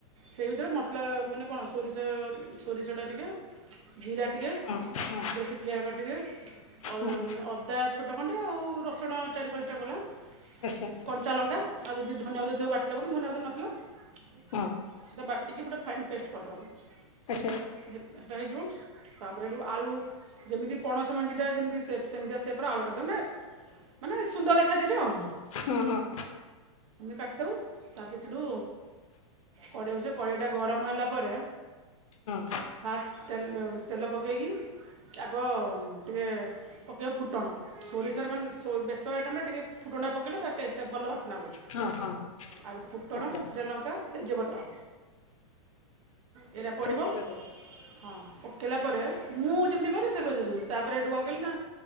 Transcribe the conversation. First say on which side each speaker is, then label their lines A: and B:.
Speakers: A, on the right; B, on the left.
A: ସେଇ ଭିତରେ ମସଲା ମାନେ କଣ ସୋରିଷ ସୋରିଷଟା ଟିକେ ଜିରା ଟିକେ।
B: ହଁ ହଁ
A: ସେଥିରେ <unintelligible> ଟିକେ ଅ
B: ହଁ
A: ଅଦା ଛୋଟ ଖଣ୍ଡେ ଆଉ ରସୁଣ ଚାରି ପାଞ୍ଚଟା କୋଲା।
B: ଉଁ ହୁଁ।
A: କଞ୍ଚା ଲଙ୍କା ଆଉ ଯଦି ଧନିଆପତ୍ର ଥିବ ବାଟିଲ ହବ କିନ୍ତୁ ଧନିଆପତ୍ର ନଥିଲା।
B: ହଁ।
A: ବାଟିିକି ପୁରା ଫାଇନ୍ ପେଷ୍ଟ କରିଦବ।
B: ଆଚ।
A: ହେ ହେଟା ହେଇଯିବ ତାପରେ ହେଠୁ ଆଳୁ। ଯେମିତି ପଣସ ମଞ୍ଜିଟା ଯେମତି ସେପ୍ ସେମିତି ସେପ୍ ର ଆଳୁ କାଟି ଦବ ନେ ମାନେ ସୁନ୍ଦର ଦେଖାଯିବେ ଆଉ।
B: ହଁ ହଁ।
A: କାଟିଦବ ତାପରେ ସେଠୁ କଡେଇ ବସେ କଡେଇଟା ଗରମ ହେଲା ପରେ
B: ହଁ
A: ଫାଷ୍ଟ ତେଲ ତେଲ ପକେଇକି। ଆଗ ଟିକିଏ ପକେଇବ ଫୁଟଣ। ସୋରିଷର ମାନେ ସୋ ବେସର ଆଇଟମରେ ଟିକେ ଫୁଟୁଣ ଡା ପକେଇଲେ ତା ଟେଷ୍ଟଟା ଭଲ ବାସନା ହୁଏ।
B: ହଁ ହଁ
A: ଆଉ ଫୁଟଣ,
B: ଆଚ୍ଛା
A: ଶୁଖିଲାଲଙ୍କା, ତେଜପତ୍ର। ଏଇରା ପଡ଼ିବ
B: ସବୁ ପକେଇଦବ
A: ହଁ ପକେଇଲା ପରେ। ମୁଁ ଯେମିତି କରେ ସେ <unintelligible> ତାପରେ ଏଠୁ କଣ କଲିନା।